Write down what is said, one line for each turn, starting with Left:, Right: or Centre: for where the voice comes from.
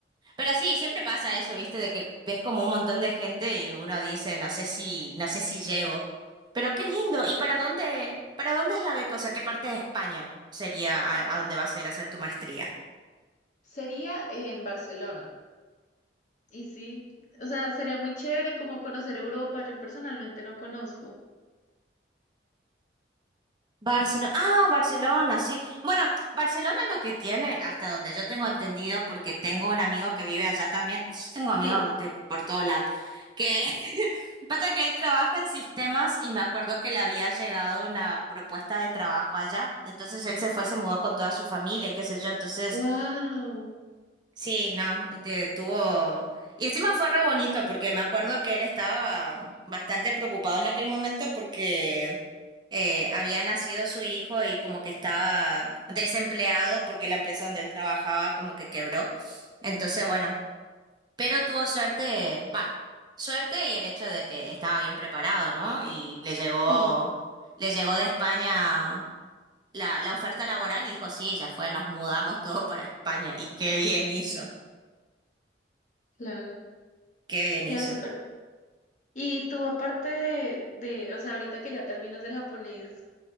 Right: Pero sí, siempre pasa eso, ¿viste? De que ves como un montón de gente y uno dice, no sé si, no sé si llego. Pero qué lindo. ¿Y para
Left: Exacto.
Right: dónde, para dónde es la beca? O sea, ¿qué parte de España sería a, a dónde vas a ir a hacer tu maestría?
Left: Sería en Barcelona. Y sí, o sea, sería muy chévere como conocer Europa. Yo personalmente no conozco.
Right: Barcelona. Ah, Barcelona, sí. Bueno, Barcelona lo que tiene, hasta donde yo tengo entendido, porque tengo un amigo que vive allá también. Yo tengo amigos
Left: Sí.
Right: de por todos lados. Que Pasa que él trabaja en sistemas y me acuerdo que le había llegado una propuesta de trabajo allá. Entonces él se fue, se mudó con toda su familia y qué sé yo. Entonces,
Left: Wow.
Right: sí, no, te- tuvo... Y encima fue re bonito porque me acuerdo que él estaba bastante preocupado en aquel momento porque eh, había nacido su hijo y como que estaba desempleado porque la empresa donde él trabajaba como que quebró. Entonces, bueno. Pero tuvo suerte, va, suerte y el hecho de que estaba bien preparado, ¿no? Y le llegó,
Left: Sí,
Right: le llegó de España la, la oferta laboral y dijo, sí, ya fue, nos mudamos todo para España. Y qué bien hizo,
Left: claro.
Right: qué bien
Left: Queda
Right: hizo.
Left: súper. Y tú, aparte de, de, o sea, ahorita que ya terminas el japonés,